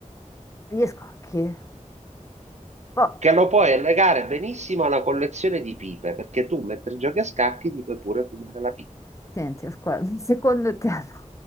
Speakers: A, on the left (about 25°); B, on the right (about 60°).
A: gli scocchi. Boh,
B: che lo puoi legare benissimo alla collezione di pipe, perché tu mentre giochi a scacchi ti puoi pure fumare la pipa.
A: senti, ascolta, secondo te, <laughs> ma